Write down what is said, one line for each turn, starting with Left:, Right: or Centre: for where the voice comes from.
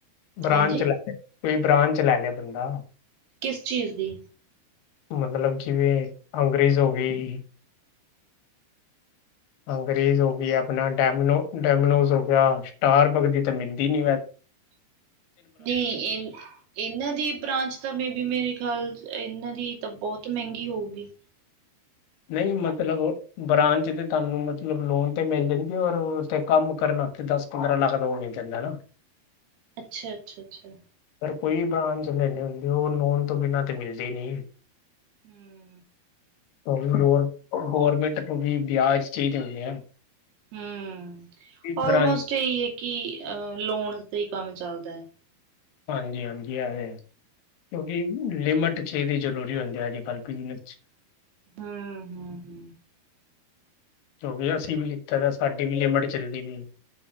Left: ਬ੍ਰਾਂਚ
Right: ਹਾਂਜੀ
Left: ਲੈਲੇ, ਕੋਈ ਬ੍ਰਾਂਚ ਲੈ ਲਏ ਬੰਦਾ।
Right: ਕਿਸ ਚੀਜ਼ ਦੀ?
Left: ਮਤਲਬ ਜਿਵੇਂ, ਅੰਗਰੇਜ਼ ਹੋ ਗਈ। ਅੰਗਰੇਜ਼ ਹੋ ਗਈ, ਆਪਣਾ ਡੈਮਿਨੋ, ਡੈਮਿਨੋਜ਼ ਹੋ ਗਿਆ, ਸਟਾਰਬੱਗ ਜਿੱ ਮਿਲਦੀ ਨੀ ਵੇ
Right: ਨਈ, ਇਨ ਇਹਨਾਂ ਦੀ ਬ੍ਰਾਂਚ ਤਾਂ ਮੇ ਬੀ ਮੇਰੇ ਖਿਆਲ ਚ, ਇਹਨਾਂ ਦੀ ਤਾਂ ਬਹੁਤ ਮਹਿੰਗੀ ਹੋਊਗੀ?
Left: ਨਈ ਮਤਲਬ, ਬ੍ਰਾਂਚ ਤੇ ਤੁਹਾਨੂੰ, ਮਤਲਬ ਲੋਨ ਤੇ ਮਿਲ ਜਾਂਣਗੇ, ਔਰ ਉੱਥੇ ਕੰਮ ਕਰਨ ਆਥੇ ਦੱਸ ਪੰਦਰਾਂ ਲੱਖ ਲੋਨ ਮਿਲ ਜਾਂਦਾ ਏਨਾ।
Right: ਅੱਛਾ-ਅੱਛਾ-ਅੱਛਾ।
Left: ਪਰ ਕੋਈ ਬ੍ਰਾਂਚ ਲੈਂਦੇ ਹੁੰਦੇ, ਉਹ ਨੋਨ ਤੋਂ ਬਿਨਾਂ ਤੇ ਮਿਲਦੀ ਨਈ।
Right: ਹੂੰ।
Left: <unintelligible> ਗੌਰਮੈਂਟ ਤੋਂ ਵੀ ਬਿਆਜ ਠੀਕ ਹੁੰਦੀ ਆ।
Right: ਹੂੰ, ਔਲਮੋਸਟ
Left: ਬ੍ਰਾਂਚ
Right: ਇਹੀ ਹੈ, ਕਿ ਅਹ ਲੋਨ ਤੇ ਈ ਕੰਮ ਚੱਲਦਾ ਏ।
Left: ਹਾਂਜੀ -ਹਾਂਜੀ, ਇਹ ਹੈ ਕਿਉਂਕਿ ਲਿਮਿਟ ਚ ਇਹਦੀ ਜ਼ਰੂਰੀ ਹੁੰਦੀ ਆ, ਅੱਜ ਕੱਲ੍ਹ ਬਿਜ਼ਨਸ ਚ
Right: ਹੂੰ-ਹੂੰ-ਹੂੰ।
Left: ਕਿਉਂਕਿ ਅਸੀਂ ਵੀ ਲਿੱਤਾ ਦਾ ਏ, ਸਾਡੀ ਵੀ ਲਿਮਟ ਚਲਦੀ ਬਈ।